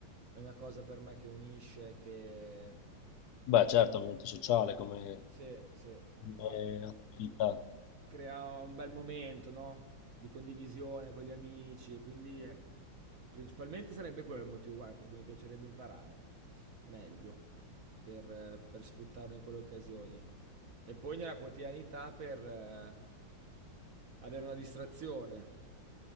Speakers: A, on the right (about 50°); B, on the left (about 70°).
A: è una cosa per me che unisce, che...
B: Beh, certo, è molto sociale come,
A: Sì, sì, fa...
B: come
A: cre-
B: attività.
A: crea un bel momento, no? Di condivisione con gli amici, e quindi eh, principalmente sarebbe quello il motivo guarda, per cui mi piacerebbe imparare meglio, per, eh, per sfruttarlo in quelle occasioni. E poi nella quotidianità per eh, avere una distrazione.